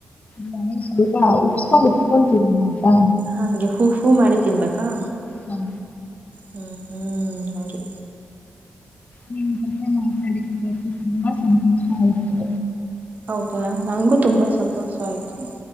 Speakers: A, on the left; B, on the right.
A: ನಾನ ಸ್ವಲ್ಪ ಉಪ್ಸ್ಕೊಂಡ ಉಪ್ಪಸ್ಕೊಂಡ್ ತಿನ್ನಿ ಆಯ್ತಾ
B: ಹಂಗೆ ಹೂ ಹೂ ಮಾಡಿ ತಿನ್ಬೇಕಾ?
A: ಹ್ಮ
B: ಹಾ ಹಾ ಹಂಗೆ
A: ನಿಮ್ಮ ಜೊತೆ ಮಾತಾಡಿದ್ದ ಇವತ್ತ ತುಂಬಾ ಸಂತೋಷ ಅಯಿತು.
B: ಹೌದಾ ನಂಗು ತುಂಬಾ ಸಂತೋಷ ಆಯ್ತು.